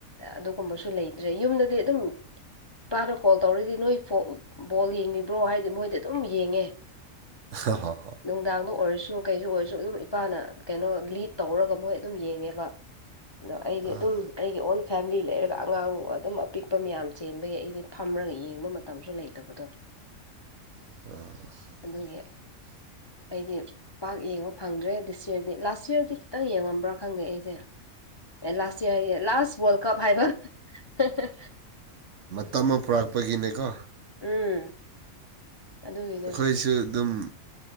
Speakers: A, on the left; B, on the right.
A: ꯑꯗꯨꯒꯨꯝꯕꯁꯨ ꯂꯩꯇ꯭ꯔꯦ ꯌꯨꯝꯗꯗꯤ ꯑꯗꯨꯝ ꯏꯄꯥꯅ ꯀꯣꯜ ꯇꯧꯔꯗꯤ ꯅꯣꯏ ꯕꯣꯜ ꯌꯦꯡꯉꯤꯕ꯭ꯔꯣ ꯍꯥꯏꯗꯤ ꯃꯣꯏꯗꯤ ꯑꯗꯨꯝ ꯌꯦꯡꯉꯦ
B: ꯍꫭ ꯍꯣ ꯍꯣ꯫
A: ꯅꯨꯡꯗꯥꯡꯗ ꯑꯣꯏꯔꯁꯨ ꯀꯩꯁꯨ ꯑꯣꯏꯔꯁꯨ ꯑꯗꯨꯝ ꯏꯄꯥꯅ ꯀꯩꯅꯣ ꯂꯤꯠ ꯇꯧꯔꯒ ꯃꯣꯏ ꯑꯗꯨꯝ ꯌꯦꯡꯉꯦꯕ ꯑꯩꯗꯤ
B: ꯑꯥ
A: ꯑꯗꯨꯝ ꯑꯩꯒꯤ ꯑꯣꯟ ꯐꯦꯃꯤꯂꯤ ꯂꯩꯔꯒ ꯑꯉꯥꯡ ꯑꯗꯨꯝ ꯑꯄꯤꯛꯄ ꯃꯌꯥꯝ ꯆꯦꯟꯕꯒꯤ ꯑꯩꯗꯤ ꯐꯝꯔꯒ ꯌꯦꯡꯕ ꯃꯇꯝꯁꯨ ꯂꯩꯇꯕꯗꯣ
B: ꯑ
A: ꯑꯗꯨꯒꯤ ꯑꯩꯗꯤ ꯄꯥꯛ ꯌꯦꯡꯕ ꯐꯪꯗ꯭ꯔꯦ ꯗꯤꯁ ꯌꯤꯔꯗꯤ ꯂꯥꯁ ꯌꯤꯔꯗꯤ ꯈꯤꯇꯪ ꯌꯦꯡꯉꯝꯕ꯭ꯔꯥ ꯈꯪꯗꯦ ꯑꯩꯁꯦ ꯑꯦ ꯂꯥꯁ ꯏꯌꯔ ꯍꯥꯏꯌꯦ ꯂꯥꯁ ꯋꯥꯔꯜ ꯀꯞ ꯍꯥꯏꯕ ꯍ ꯍ
B: ꯇꯝꯃ ꯄꯨꯔꯥꯥꯛꯄꯒꯤꯅꯦꯀꯣ
A: ꯎꯝ ꯑꯗꯨꯒꯤꯅꯦ
B: ꯑꯩꯈꯣꯏꯁꯨ ꯑꯗꯨꯝ